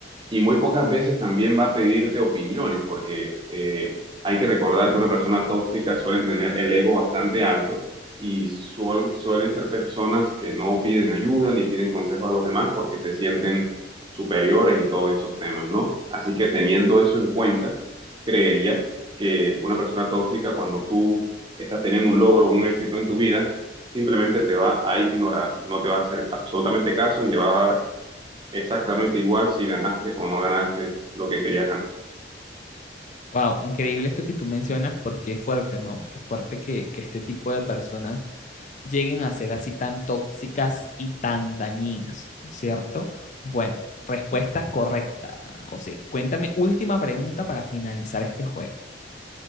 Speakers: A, on the right; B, on the left.
A: Y muy pocas veces también va a pedirte opiniones, porque eh, hay que recordar que una persona tóxica suelen tener el ego bastante alto y suel- suelen ser personas que no piden ayuda ni piden consejo a los demás porque se sienten superiores y todos esos temas, ¿no? Así que teniendo eso en cuenta, creería que una persona tóxica, cuando tú estás teniendo un logro, un éxito en tu vida, simplemente te va a ignorar, no te va a hacer absolutamente caso y le va a dar exactamente igual si ganaste o no ganaste lo que querías ganar.
B: Wow, increíble esto que tú mencionas porque es fuerte, ¿no? Qué fuerte que, que este tipo de personas lleguen a ser así tan tóxicas y tan dañinas, ¿cierto? Bueno, respuesta correcta, José. Cuéntame, última pregunta para finalizar este juego.